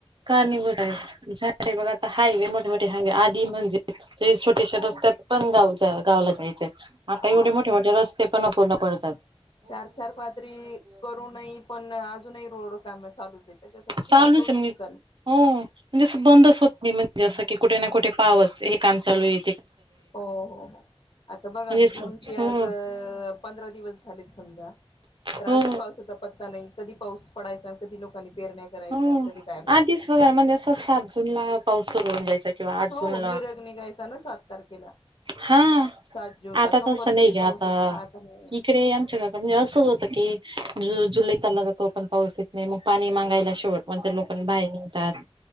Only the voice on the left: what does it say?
हो
हो
चार चार पादरी करूनही पण अजूनही रोड काम चालूच आहे त्याच्यासाठी
झाडं तोडत
हो.
हो हो हो! आता बघा
जूनचे
आज पंधरा दिवस झालेत समजा. तर
अजून पावसाचा पत्ता नाही कधी पाऊस पडायचा कधी लोकांनी पेरण्या. करायच्या
आणि कधी काय व्हायचं
हो
मिरघ निघायचा ना सात तारखेला.
सात जून ला
कंपल्सरी
पाऊस
यायचा नाही